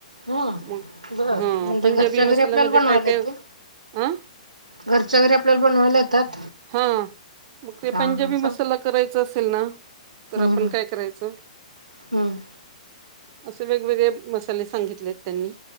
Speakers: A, on the right; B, on the right.
A: हम्म
B: मग
A: बर
B: हा
A: म्हणजे
B: पंजाबी
A: घरच्या घरी
B: मसाल्यामध्ये
A: आपल्याला बनवायला
B: काय काय?
A: येते
B: आ.
A: घरच्या घरी, आपल्याला बनवायला येतात.
B: हा, मग ते
A: हा
B: पंजाबी
A: हा सांग
B: मसाला, करायचा असेल ना? तर
A: हम्म
B: आपण
A: हम्म
B: काय करायचं?
A: हम्म.
B: असे वेगवेगळे मसाले सांगितलेत त्यांनी.